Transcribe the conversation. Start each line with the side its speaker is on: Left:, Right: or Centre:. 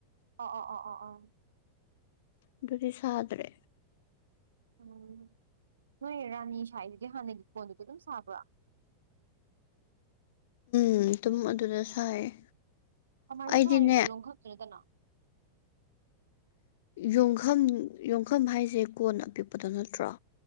Right: ꯑꯣ ꯑꯣ ꯑꯣ ꯑꯣ ꯑꯣ
Left: ꯑꯗꯨꯗꯤ ꯁꯥꯗ꯭ꯔꯦ
Right: ꯎꯝ ꯅꯣꯏ ꯔꯥꯅꯤ ꯁꯥꯏꯗꯨꯗꯤ ꯍꯥꯟꯅꯒꯤ ꯀꫭꯟꯗꯨꯗꯤ ꯑꯗꯨꯝ ꯁꯥꯕ꯭ꯔꫭ
Left: ꯎꯝ ꯑꯗꯨꯝ ꯑꯗꯨꯗ ꯁꯥꯏꯌꯦ
Right: ꯀꯃꯥꯏꯅ
Left: ꯑꯩꯗꯤꯅꯦ
Right: ꯁꯥꯔꯤꯕ ꯂꯣꯡꯈꯛꯇꯨ ꯅꯠꯇꯅ
Left: ꯌꯣꯡꯐꯝꯝ ꯌꯣꯡꯐꯝꯝ ꯍꯥꯏꯁꯦ ꯀꯣꯟ ꯑꯄꯤꯛꯄꯗꯣ ꯅꯠꯇ꯭ꯔꯣ